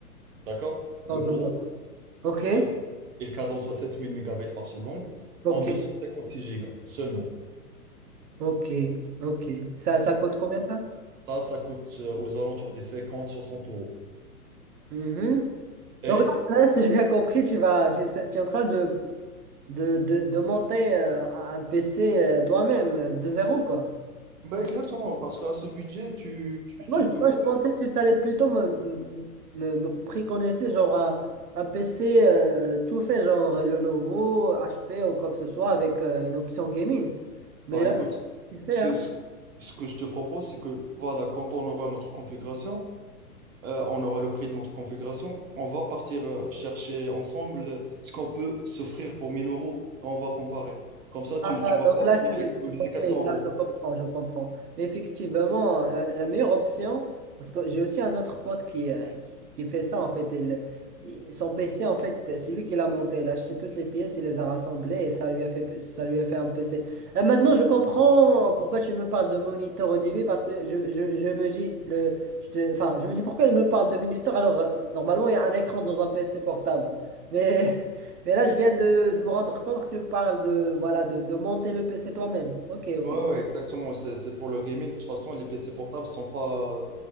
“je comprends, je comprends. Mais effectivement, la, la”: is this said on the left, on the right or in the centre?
Right